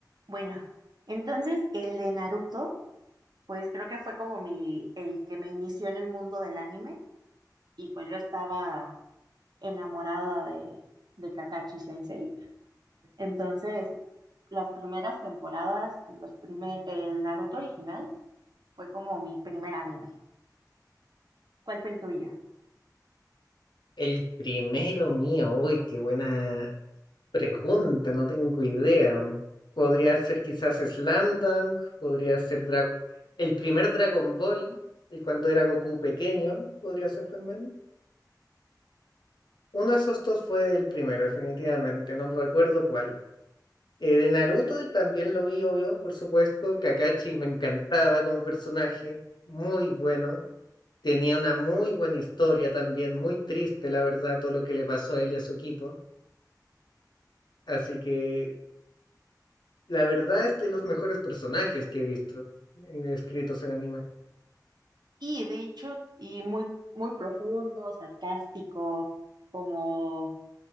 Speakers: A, on the right; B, on the left.
A: Bueno, entonces el de Naruto, pues creo que fue como mi, el que me inició en el mundo del anime y pues yo estaba enamorada de, de Kakashi Sensei. Entonces, las primeras temporadas y los primer, el Naruto original fue como mi primer anime. ¿Cuál fue el tuyo?
B: El primero mío, uy, qué buena pregunta, no tengo idea. Podría ser quizás Slam Dunk, podría ser Dragon... El primer Dragon Ball, el cuando era Goku pequeño, podría ser también. Uno de esos dos fue el primero, definitivamente, no recuerdo cuál. Eh, de Naruto y también lo vi, obvio, por supuesto. Kakashi me encantaba como personaje, muy bueno. Tenía una muy buena historia también, muy triste, la verdad, todo lo que le pasó a él y a su equipo. Así que la verdad es de los mejores personajes que he visto en- escritos en anime.
A: Y de hecho, y muy, muy profundo, sarcástico, como